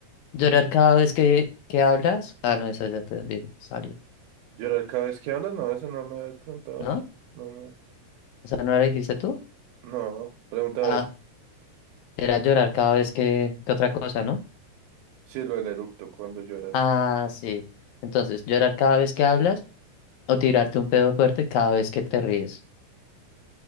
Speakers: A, on the left; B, on the right.
A: Llorar cada vez que, que hablas. Ah, no, esa ya te di- salió,
B: ¿Llorar cada vez que hablas? No, eso no me habías preguntado.
A: ¿no?
B: No, no.
A: ¿Esa no la dijiste tú?
B: No, pregunta a
A: Ah,
B: ver.
A: era llorar cada vez que, que otra cosa, ¿no?
B: Sí, lo del eructo, cuando lloras?
A: Ah, sí. Entonces, llorar cada vez que hablas o tirarte un pedo fuerte cada vez que te ríes.